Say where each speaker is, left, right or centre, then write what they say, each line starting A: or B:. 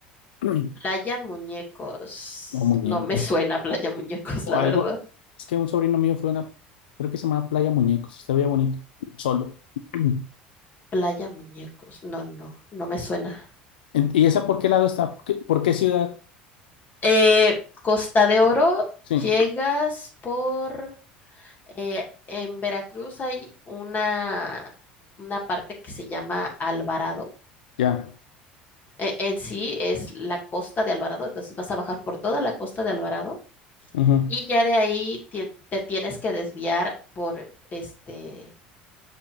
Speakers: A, on the left; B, on the left.
A: <clears throat> Uy,
B: Playa Muñecos.
A: No, muñecos.
B: No me suena Playa Muñecos,
A: O
B: la
A: algo,
B: verdad.
A: es que un sobrino mío fue a una, creo que se llama Playa Muñecos, se veía bonito, solo. <clears throat>
B: Playa Muñecos. No, no, no me suena.
A: En- ¿Y esa por qué lado está? ¿Por qué, por qué ciudad?
B: Eh, Costa de Oro,
A: Sí,
B: llegas por... eh, en Veracruz hay una, una parte que se llama Alvarado.
A: <clears throat> ya.
B: Eh, en sí es la costa de Alvarado, entonces vas a bajar por toda la costa de Alvarado
A: ujú,
B: y ya de ahí ti- te tienes que desviar por este...